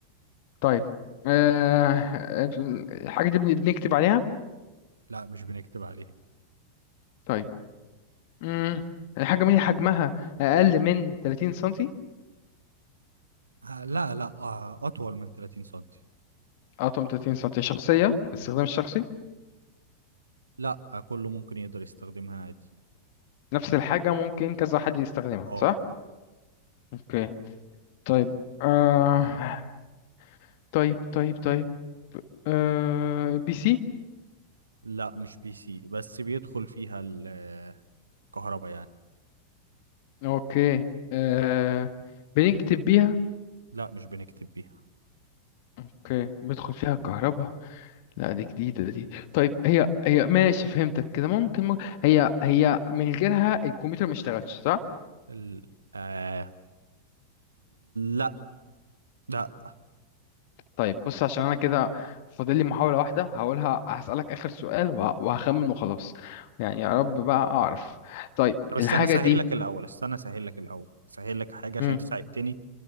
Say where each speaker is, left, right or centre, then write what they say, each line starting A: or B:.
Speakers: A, on the left (about 50°); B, on the right (about 75°).
A: طيب آه... آه، الحاجة دي بن- بنكتب عليها
B: لا مش بنكتب عليها
A: طيب مم. الحاجة دي حجمها أقل من 30 سنتي
B: آه لا لا آه اطول من 30 سنتي
A: أطول من 30 سنتي شخصية باستخدام الشخصي
B: لا آه كله ممكن يقدر يستخدمها عادي
A: نفس الحاجة ممكن كذا حد يستخدمها
B: اه
A: صح؟ أوكي طيب آه... طيب طيب طيب آه... بي سي
B: لا مش بي سي بس بيدخل فيها الكهرباء يعني
A: أوكي آه... بنكتب بيها
B: لا مش بنكتب بيها
A: أوكي بيدخل فيها كهرباء لا دي جديدة دي طيب هي هي ماشي فهمتك كده ممكن, ممكن هي هي من غيرها الكمبيوتر ما اشتغلش صح؟
B: ال... آه... لا لا
A: طيب بص عشان أنا كده فاضل لي محاولة واحدة هقولها هسألك آخر سؤال وه- وهخمن وخلاص يعني يا رب بقى أعرف طيب
B: طب استنى
A: الحاجة
B: اسهل
A: دي
B: لك الاول استنى اسهل لك الاول اسهل لك حاجه عشان
A: مم.
B: انت ساعدتني